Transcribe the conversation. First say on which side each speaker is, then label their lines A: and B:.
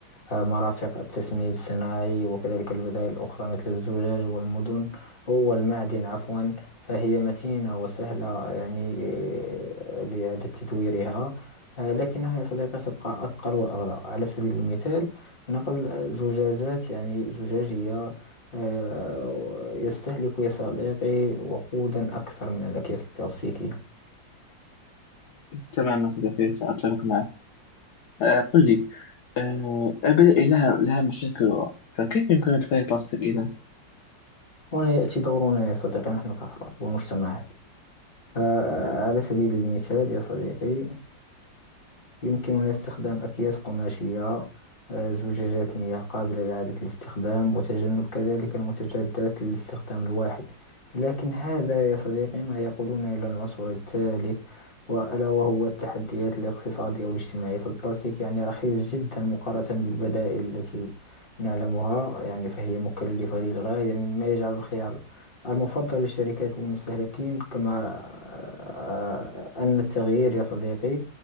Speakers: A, on the left; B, on the left.
A: آه، مرافق التسميد الصناعي وكذلك البدائل الأخرى مثل الزجاج والمدن والمعدن عفوا فهي متينة وسهلة يعني آه، لإعادة تدويرها آه، لكنها يا صديقي تبقى أثقل وأغلى على سبيل المثال نقل زجاجات يعني زجاجية آه، يستهلك يا صديقي وقودا أكثر من الأكياس البلاستيكية
B: تماما صديقي سأتفق معك آه، قل لي آه، البدائل لها لها مشاكلها فكيف يمكن أن تغير البلاستيك إذا؟
A: هنا يأتي دورنا يا صديقي نحن كأفراد ومجتمعات آه، على سبيل المثال يا صديقي يمكننا استخدام أكياس قماشية آه، زجاجات مياه قابلة لإعادة الاستخدام وتجنب كذلك المتجدات للاستخدام الواحد لكن هذا يا صديقي ما يقودنا إلى العنصر الثالث وألا وهو التحديات الاقتصادية والاجتماعية فالبلاستيك يعني رخيص جدا مقارنة بالبدائل التي نعلمها يعني فهي مكلفة للغاية مما يجعل الخيار المفضل للشركات والمستهلكين كما آه، آه، آه، أن التغيير يا صديقي